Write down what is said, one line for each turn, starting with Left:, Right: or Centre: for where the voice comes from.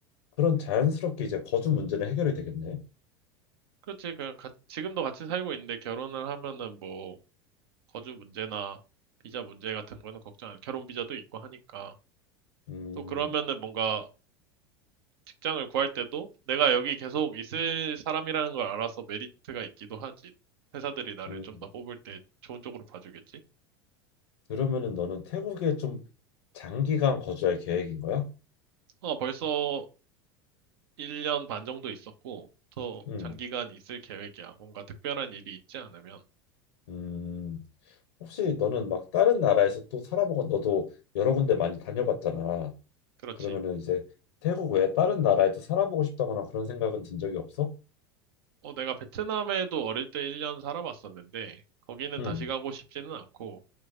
Left: 그런 자연스럽게 이제 거주 문제는 해결이 되겠네.
Right: 그렇지. 그 가- 지금도 같이 살고 있는데 결혼을 하면은 뭐 거주 문제나 비자 문제 같은 거는 걱정 안. 결혼 비자도 있고 하니까.
Left: 음,
Right: 또 그러면은 뭔가 직장을 구할 때도 내가 여기 계속 있을 사람이라는 걸 알아서 메리트가 있기도 하지. 회사들이 나를
Left: 음
Right: 좀 더 뽑을 때 좋은 쪽으로 봐주겠지?
Left: 그러면은 너는 태국에 좀 장기간 거주할 계획인 거야?
Right: 어, 벌써 1년 반 정도 있었고, 더
Left: 음,
Right: 장기간 있을 계획이야. 뭔가 특별한 일이 있지 않으면.
Left: 음 혹시 너는 막 다른 나라에서 또 살아보고 너도 여러 군데 많이 다녀봤잖아.
Right: 그렇지.
Left: 그러면은 이제 태국 외에 다른 나라에도 살아보고 싶다거나 그런 생각은 든 적이 없어?
Right: 어, 내가 베트남에도 어릴 때 1년 살아봤었는데, 거기는
Left: 음,
Right: 다시 가고 싶지는 않고,